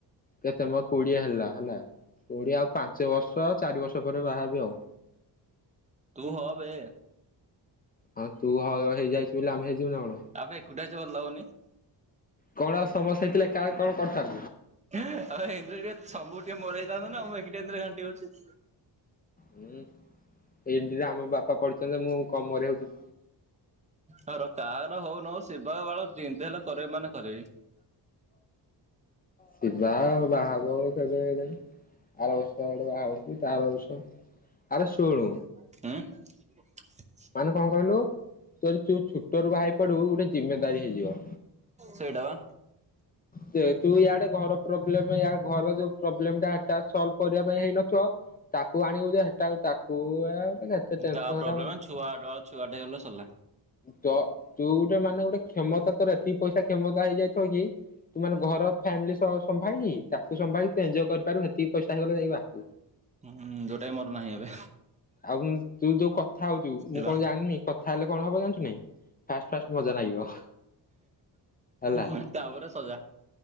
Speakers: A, on the left (about 20°); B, on the right (about 15°).
A: କେତେ ମୋର କୋଡିଏ ହେଲା ହେଲା। କୋଡିିଆ ଆଉ ପାଞ୍ଚ ବର୍ଷ ଚାରି ବର୍ଷ ପରେ ବାହାବି ଆଉ
B: ତୁ ହ ବେ
A: ହଁ ତୁ ହଉ ହେଇଯାଇଛୁ ବୋଲି ଆମେ। ହେଇଯିବୁ ନା କଣ?
B: ଆମେ ଏକୁଟିଆ ଅଛି ଭଲ ଲଉନି।
A: କଣ ସମସ୍ୟ ହେଇଥିଲା କା କଣ କରିଥା।
B: ଆଉ ଏଇରେ ଟିକେ ସବୁ ଟିକେ ମରେଇଥାନ୍ତୁ ନା ମୁଁ ଏଇରେ ଘାଣ୍ଟି ହଉଛି
A: ହୁଁ ଏମିତିରେ ଆମ ବାପା ପଢିଛନ୍ତି ମୁଁ କମରେଇ ହଉଛି
B: କାହାରର ହଉନଉ ଶିବା ବାଳ ଯେତି ହେଲେ କରବେ ମାନେ କରହେ।
A: ଶିବା ଆଉ ବାହାଘର କେବେ ଏଜାଣି ଆର ବର୍ଷ ଆଡକୁ ବାହା ହଉଛି ତାର ଆରବର୍ଷ ଆରେ ଶୁଣୁ
B: ହଁ
A: ମାନେ କଣ କହିଲୁ ତୋର ଛୋଟ ରୁ ବାହା ପଡିବୁ ଗୋଟେ ଜିମେଦାରି ହେଇଯିବ।
B: ସେଇଟା ବା
A: ସେ ତୁ ଇଆଡେ ଘର ପ୍ରୋବ୍ଲେମ ଘର ଯୋଉ ପ୍ରୋବ୍ଲେମ ଟା ସଲଭ କରିବା ପାଇଁ ହେଇନଥିବ ତାକୁ ଆଣିବୁ ଯେ ହେଟା ଆ ତାକୁ ଆଉ ଗୋଟେ କେତେ ଟେନସନ୍
B: ତା ପ୍ରୋବ୍ଲେମ
A: ଆର
B: ଛୁଆ ଛୁଆଟେ ହେଲେ ସରିଲା
A: ତ ତୁ ଗୋଟେ ମାନେ ଗୋଟେ କ୍ଷମତା ତୋର ଏତିକି ପଇସା କ୍ଷମତା ହେଇଯାଇ ତୁ ମାନେ ଘର ଫ୍ୟାମିଲି ସହ ସମ୍ଭାଳି ତାକୁ ସମ୍ଭାଳି ତୁ ଏଞଜୟ କରିପାରୁ ଟିକେ ପଇସା ହେଇଗଲେ ଯାଇକି ବାହାବୁ
B: ହୁଁ ଯୋଉଟା କି ମୋର ନାହିଁ ଏବେ
A: ଆଉ ତୁ ଯୋଉ କଥା ହଉଛୁ
B: ଶିବା
A: ମୁଁ କଣ ଜାଣିନି କଥା ହେଲେ କଣ ହବ ଜାଣିଛୁ ନାଇଁ ଫାଷ୍ଟ ଫାଷ୍ଟ ମଜା ଲାଗିବ ହେଲା
B: ହେଁ ତାପରେ ସଜା